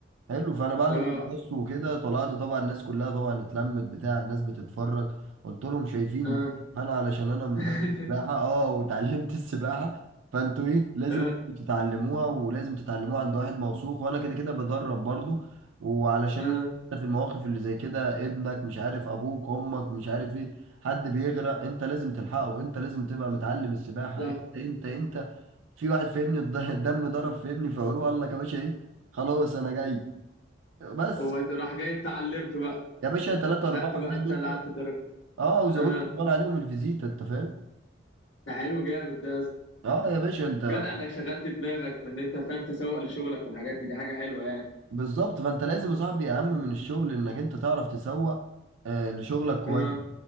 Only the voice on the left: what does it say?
اه
اه
<laughs>
اه
اه
صح
هو انت راح جاي انت علمت بقى
خدت بقى
انت
اللي قعدت تدرب
اه
ده حلو جامد ده يا اسطى.
جدع انك شغلت دماغك من ان انت فاهم تسوق لشغلك والحاجات دي دي حاجه حلوه يعني
اه